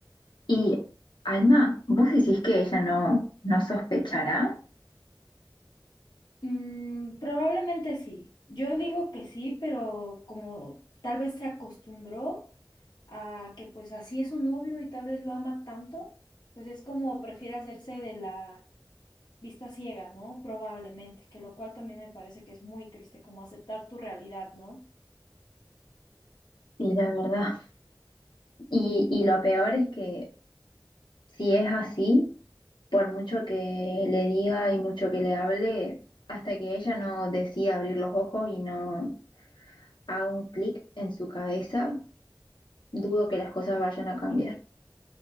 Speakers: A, on the left; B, on the left.
A: Y Alma, ¿vos decís que ella no, no sospechará?
B: Mm, probablemente sí. Yo digo que sí, pero como tal vez se acostumbró a que pues así es su novio y tal vez lo ama tanto, pues es como prefiere hacerse de la vista ciega, ¿no? Probablemente, que lo cual también me parece que es muy triste, como aceptar tu realidad, ¿no?
A: Sí, la verdad. Y, y lo peor es que si es así, por mucho que le diga y mucho que le hable, hasta que ella no decida abrir los ojos y no haga un clic en su cabeza, dudo que las cosas vayan a cambiar.